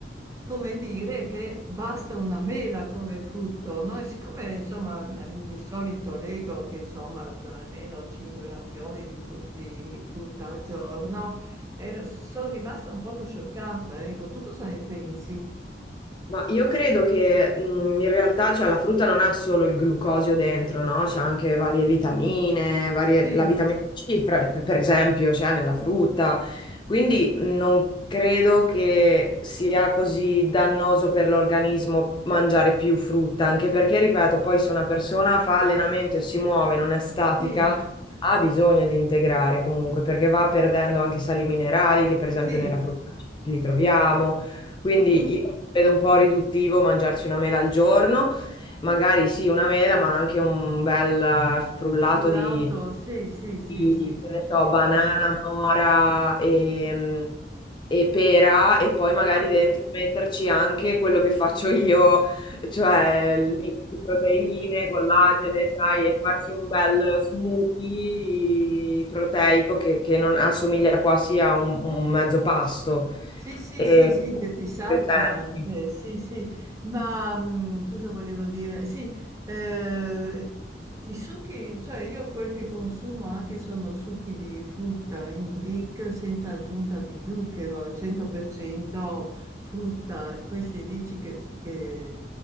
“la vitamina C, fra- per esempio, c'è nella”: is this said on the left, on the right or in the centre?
Left